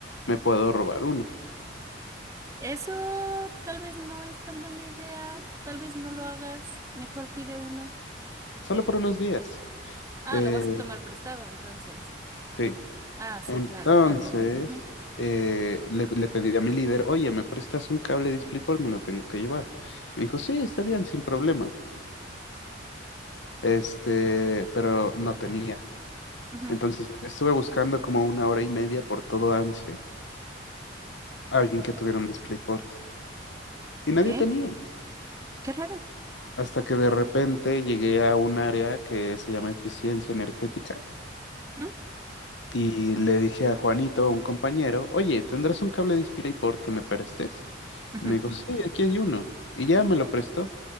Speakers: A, on the left; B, on the right.
A: me puedo robar uno,
B: Eso tal vez no es tan buena idea. Tal vez no lo hagas. Mejor pide uno.
A: solo por unos días.
B: Ah,
A: Eh,
B: lo vas a tomar prestado, entonces.
A: sí.
B: Ah, sí,
A: Entonces,
B: claro, obvio. Ujú,
A: eh, le, le pedí a mi líder, oye, ¿me prestas un cable DisplayPort? Me lo tengo que llevar. Me dijo, sí, está bien, sin problema. Este, pero no tenía.
B: ujú,
A: Entonces, estuve buscando como una hora y media por todo ANSE, alguien que tuviera un DisplayPort. Y nadie
B: Ok,
A: tenía.
B: qué raro.
A: Hasta que de repente llegué a un área que se llama eficiencia energética
B: ujú.
A: Y le dije a Juanito, un compañero, oye, ¿tendrás un cable DisplayPort que me prestes?
B: Ujú.
A: Me dijo, sí, aquí hay uno. Y ya me lo prestó.